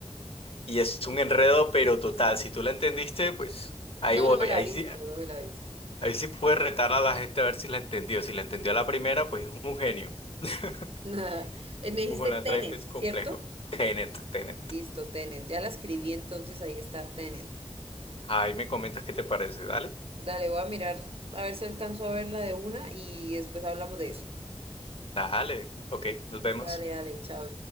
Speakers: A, on the left; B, on the right.
A: y es un enredo, pero total. Si tú la entendiste, pues ahí
B: no,
A: voy.
B: no me la
A: Ahí
B: he visto,
A: sí,
B: no me la he visto,
A: ahí sí puedes retar a la gente a ver si la entendió. Si la entendió a la primera, pues es un genio. <laughs>
B: <laughs> Eh, me dijiste
A: Mulholland
B: Tenet,
A: Drive es complejo.
B: ¿cierto?
A: Tenet, Tenet.
B: Listo, Tenet, ya la escribí entonces, ahí está Tenet,
A: Ahí me comentas qué te parece. Dale.
B: dale, voy a mirar, a ver si alcanzo a verla de una y después hablamos de eso,
A: Dale. Ok, nos vemos.
B: dale, dale, chao.